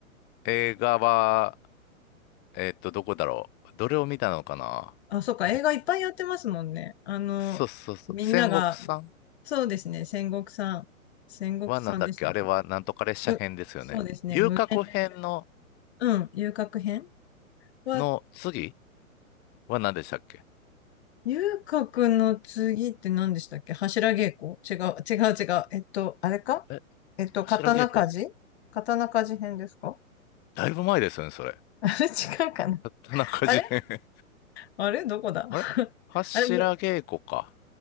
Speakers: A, on the left; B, on the left.
A: 映画はえーっと、どこだろう。どれを見たのかな
B: あ、そうか、
A: え、
B: 映画いっぱいやってますもんね。あの、
A: そうそうそう。
B: みんなが、
A: 戦国さん
B: そうですね、戦国さん、戦国さんでしたっけ
A: はなんだっけあれはなんとか列車編ですよね。
B: むそうですね、
A: 遊郭編の、
B: 無限列車。うん、遊郭編は
A: の次は何でしたっけ
B: ゆうかくんの次って何でしたっけ柱稽古違う、違う、違う。えっと、あれか
A: え、
B: えっと、
A: 柱稽古
B: 刀鍛冶刀鍛冶編ですか
A: だいぶ前ですよね、それ。
B: <laughs> あれ違うかな
A: 田中事変
B: あれ
A: <laughs>
B: あれどこだ <laughs>
A: あれ柱稽古か。
B: あれ、む